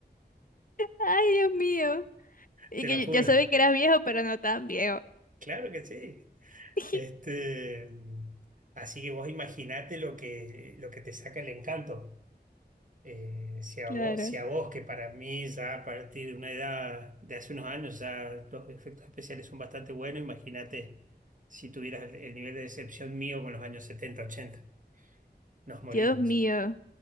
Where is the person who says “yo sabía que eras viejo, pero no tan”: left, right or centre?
Left